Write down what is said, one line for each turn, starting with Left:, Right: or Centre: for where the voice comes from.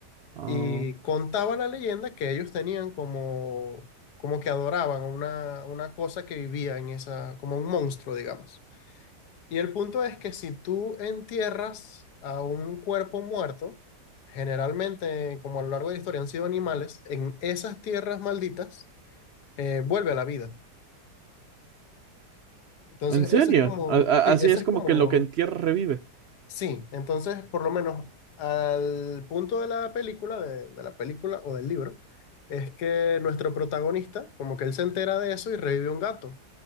Right: Ah,
Left: Y contaba la leyenda que ellos tenían como, como que adoraban a una, una cosa que vivía en esa, como un monstruo, digamos. Y el punto es que si tú entierras a un cuerpo muerto, generalmente, como a lo largo de la historia han sido animales, en esas tierras malditas, eh, vuelve a la vida. Entonces,
Right: ¿en serio?
Left: ese es como,
Right: A- a-
Left: sí,
Right: así
Left: ese
Right: es
Left: es
Right: como
Left: como
Right: que lo que en tierra revive.
Left: Sí, entonces por lo menos al punto de la película, de, de la película o del libro, es que nuestro protagonista, como que él se entera de eso y revive un gato,